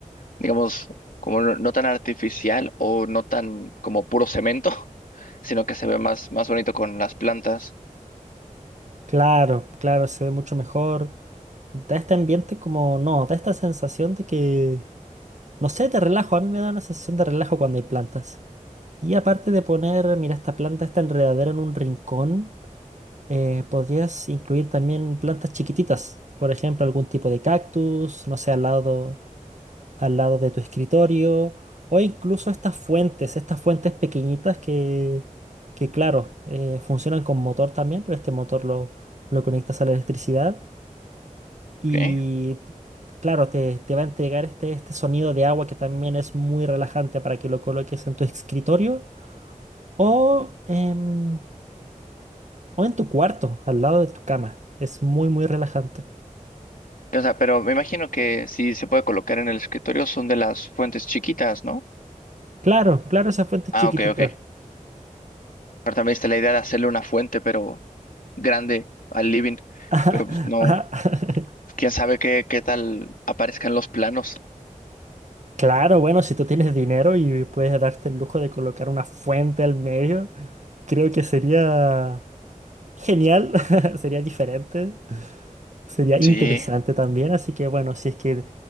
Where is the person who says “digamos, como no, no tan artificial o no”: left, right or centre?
Left